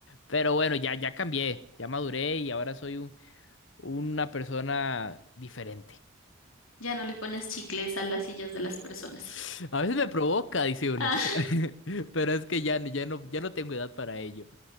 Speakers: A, on the left; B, on the left.
A: Pero bueno, ya, ya cambié, ya maduré y ahora soy un- una persona diferente.
B: ya no le pones chicles a las sillas de las personas.
A: <laughs> A veces me provoca, dice uno,
B: Ah,
A: <laughs> pero es que ya, ya no, ya no tengo edad para ello.